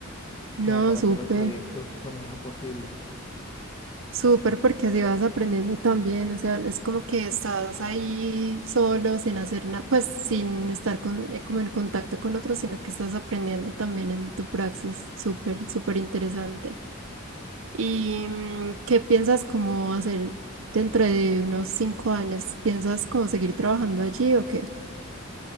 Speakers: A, on the right; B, on the left.
A: No,
B: como para
A: súper.
B: hacer los proyectos lo mejor posible.
A: Súper, porque así vas aprendiendo también, o sea, no es como que estás ahí solo, sin hacer nada, pues sin estar con- eh, como en contacto con otros, sino que estás aprendiendo también en tu praxis, súper, súper interesante. ¿Y mm, qué piensas como hacer dentro de unos cinco años? ¿Piensas como seguir trabajando allí o qué?